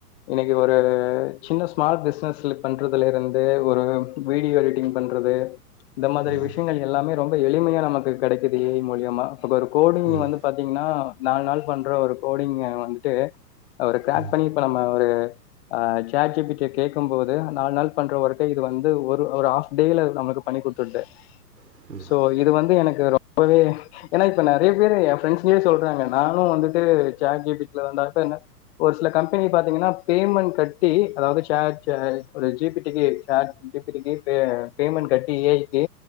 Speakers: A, on the left; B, on the right.
A: இன்னைக்கு ஒரு சின்ன ஸ்மால் பிஸ்னஸ் பண்றதுல இருந்து ஒரு வீடியோ எடிட்டிங் பண் றது இந்த மாதி
B: ம்,
A: விஷயங்கள் எல்லாமே ரொம்ப எளிமையா நமக்கு கிடைக்குது ஏ ஐ மூலியமா ஒரு கோடிங்
B: ம்,
A: வந்து பாத்தீங்கன்னா நா <unintelligible> நாள் பண்ற ஒரு கோடிங்க வந்துட்டு அவரு கிராக்
B: ம்,
A: பண்ணி இப்ப நம்ம ஒரு அ சாட் ஜி பி டி கேக்கும் போது நாலு நாள் பண்றவொர்க்க இது வந்து ஒரு ஒரு ஆஃப் டேல நம்மக்கு பண்ணி கொடுத்துட்டு
B: ம்,
A: சோ இது வந்து எனக்கு ரொ ம்பவே ஏன்னா இப்ப நெறைய பேர் என் ஃப்ரெண்ட்ஸ்யே சொல்றாங்க நானு வந்துட்டு சாட் ஜி பி டி ல தான்டா என்ன ஒரு சில கம்பெனி பாத்தீங்கன்னா பேமெண்ட் கட்டி அதாவது சார் ஒரு ஜி பி டி க்கு சாட் ஜி பி டி க்கி பேமெண்ட் கட்டி ஏ ஐ க்கு